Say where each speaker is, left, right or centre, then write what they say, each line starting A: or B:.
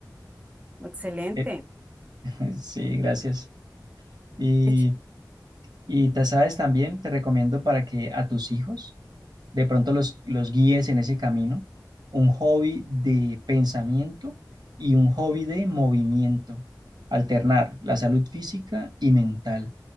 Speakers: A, on the right (about 20°); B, on the right (about 75°).
A: Excelente.
B: Eh, <laughs> Sí, gracias. Y
A: Qué chévere.
B: Y ta- sabes también, te recomiendo para que a tus hijos de pronto los, los guíes en ese camino, un hobby de pensamiento y un hobby de movimiento, alternar la salud física y mental.